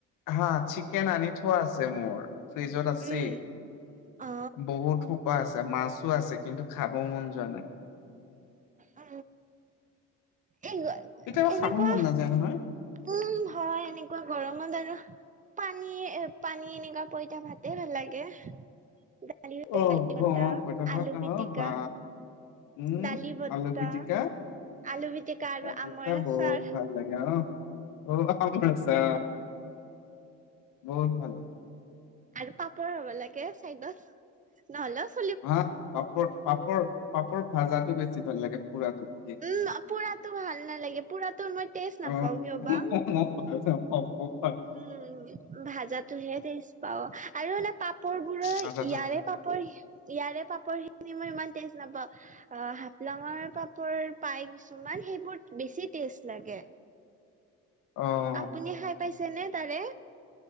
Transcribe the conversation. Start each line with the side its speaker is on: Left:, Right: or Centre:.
Left: হা চিকেন আনি থোৱা আছে মোৰ ফ্ৰিজত আছেই।
Right: উম অ
Left: বহুত সোপা আছে মাছো আছে কিন্তু খাব মন যোৱা নাই।
Right: অ এই
Left: কেতিয়াবা
Right: <unintelligible> এনেকুৱা
Left: খাব মন নাযায় নহয়
Right: উম হয় এনেকুৱা গৰমত আৰু পানী পানী এনেকুৱা পইতা ভাত, এ নালাগে দালি
Left: অ
Right: পাতা
Left: অ
Right: <unintelligible>
Left: পইতা ভাত
Right: আলু
Left: আহ
Right: পিটিকা।
Left: বা উম
Right: দালি বতা
Left: আলু পিটিকা
Right: আলু পিটিকা আৰু
Left: আলু
Right: আমৰ
Left: পিটিকা
Right: আচাৰ।
Left: বহুত ভাল লাগে অ অ <unintelligible> বহুত ভাল লাগে।
Right: আৰু পাপৰ হ'ব লাগে চাইদত নহ'লে,
Left: হা পাপৰ পাপৰ পাপৰ ভাজাটো বেছি ভাল লাগে পুৰাটোতকে।
Right: উম পুৰাতো ভাল নালাগে পুৰা তো মই, টেষ্ট
Left: <unintelligible>
Right: নাপাও কিয় বা উম ভাজাতো হে তেজ পাও আৰু পাপৰ বোৰৰ
Left: ভাজাটো
Right: ইয়াৰে। পাপৰ ইয়াৰে পাপৰ খিনি মই ইমান তেজ নাপাওঁ। অ হাপলংৰ পাপৰ পাই কিছুমান সেইবোৰ বেছি টেষ্ট লাগে।
Left: অ
Right: আপুনি খাই পাইছে নে তাৰে।